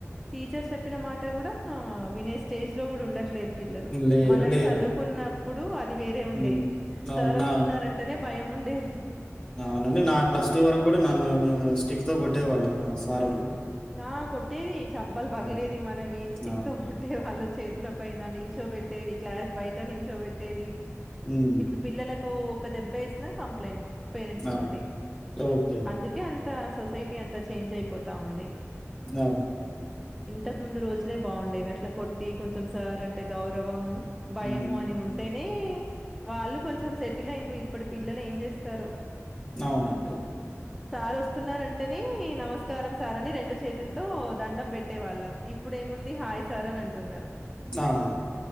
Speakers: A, in the centre; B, on the left.
A: టీచర్ చెప్పిన మాట కూడా వినే స్టేజ్ లో కూడా ఉండట్ లేరు పిల్లలు
B: లేరు
A: మనం
B: లేరండి.
A: చదువుకున్నప్పుడు అది వేరే ఉండే
B: హ్మ్. అవును.
A: సార్ వస్తున్నంటేనే
B: నా
A: భయం ముండేది
B: అవునండి నా ప్లస్ టూ వరకు కూడా నన్ను స్టిక్ తో కొట్టే వాళ్ళు మా సారోళ్ళు
A: నా కొట్టేది చంపలు పగలేది
B: హ్మ్.
A: మన వీ స్టిక్
B: అవును.
A: తో కొట్టేవాళ్ళు చేతుల పైన నిల్చోబెట్టి డేది క్లాస్ బయట నిల్చోబట్టేది
B: హ్మ్.
A: ఇప్పుడు పిల్లలకు ఒక దెబ్బై వేసిన కంప్లైంట్ పేరెంట్స్
B: అవును.
A: నుండి
B: ఓకే.
A: అందుకే అంత సొసైటీ అంతా చేంజ్ అయిపోతా ఉంది
B: ఆ
A: ఇంతకు ముందు రోజులే బాగుండేవి అట్లా కొట్టి కొంచెం సార్ అంటే గౌరవము భయము
B: హ్మ్.
A: అని ఉంటే నే వాళ్ళు కొంచెం సెటిల్ అయిండ్రు ఇప్పుడు పిల్లలు ఏం చేస్తారు
B: అవునండి
A: సార్ వస్తున్నారంటేనే నమస్కారం సార్ అని రెండు చేతులతో దండం పెట్టే వాళ్ళం ఇప్పుడు ఏముంది హాయ్ సార్ అని అంటున్నారు
B: హా